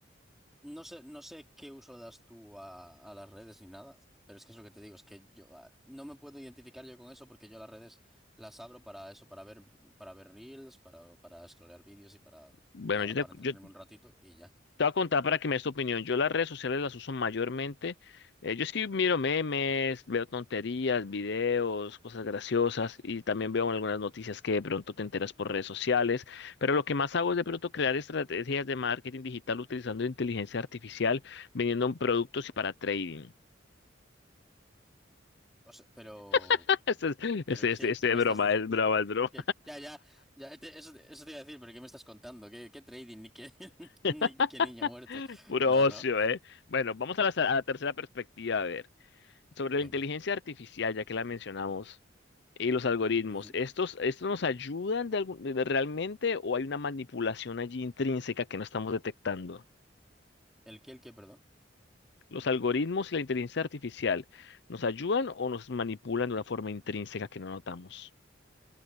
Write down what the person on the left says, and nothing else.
Bueno,
yo
te,
yo,
Te voy a contar para que me des tu opinión. Yo las redes sociales las uso mayormente. eh, yo sí miro memes, veo tonterías, videos, cosas graciosas y también veo algunas noticias que de pronto te enteras por redes sociales. Pero lo que más hago es de pronto crear estrategias de marketing digital utilizando inteligencia artificial, vendiendo productos y para trading.
<laughs> Este es,
este,
este, este
es broma,
es broma, es broma.
<laughs>
Puro
ocio,
¿eh? Bueno, vamos a la, a la tercera perspectiva, a ver. Sobre la
inteligencia artificial, ya que la mencionamos. Y los algoritmos,
¿estos, estos nos ayudan de algún- de- realmente o hay una manipulación allí intrínseca que no estamos detectando?
¿Los algoritmos y la inteligencia artificial nos ayudan o nos manipulan de una forma intrínseca que no notamos?